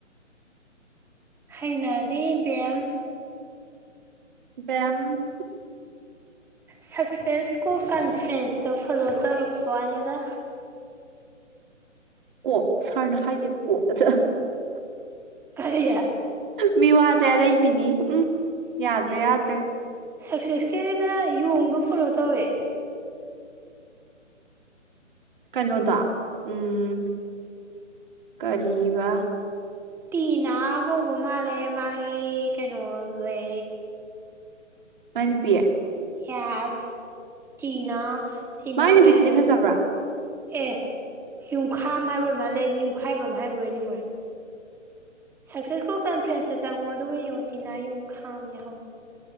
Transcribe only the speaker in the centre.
ꯍꯩꯅꯗꯦ ꯢꯕꯦꯝ
ꯁꯛꯁꯦꯁ ꯁ꯭ꯀꯨꯜ ꯀꯟꯐ꯭ꯔꯦꯟꯁꯇꯣ ꯐꯣꯂꯣ ꯇꯧꯔꯛꯄꯥꯋꯅꯤꯗ
ꯀꯔꯤ
ꯁꯛꯁꯦꯁꯀꯤꯖꯤꯗ ꯌꯣꯡꯗꯣ ꯐꯣꯂꯣ ꯇꯧꯋꯦ
ꯇꯤꯅꯥ ꯀꯧꯕ ꯃꯥꯜꯂꯦ ꯃꯥꯒꯤ ꯀꯩꯅꯣꯖꯦ
ꯌꯦꯁ ꯇꯤꯅꯥ ꯇꯤꯅꯥ
ꯀꯩꯅꯣ ꯍꯥꯏ
ꯑꯦ ꯌꯨꯝꯈꯥꯝ ꯍꯥꯏꯕꯣꯏ ꯑꯣꯏ ꯃꯥꯜꯂꯦ ꯑꯩꯗꯤ ꯌꯨꯝꯈꯥꯏꯕꯝ ꯍꯥꯏꯕꯣꯏ ꯅꯤꯡꯉꯨꯔꯦ ꯁꯛꯁꯦꯁ ꯁ꯭ꯀꯨꯜ ꯀꯟꯐ꯭ꯔꯦꯟꯁꯦ ꯆꯪꯉꯣ ꯑꯗꯨꯒ ꯌꯦꯡꯉꯣ ꯇꯤꯅꯥ ꯌꯨꯡꯈꯥꯝꯅ ꯌꯥꯎꯍꯧꯕꯅꯦ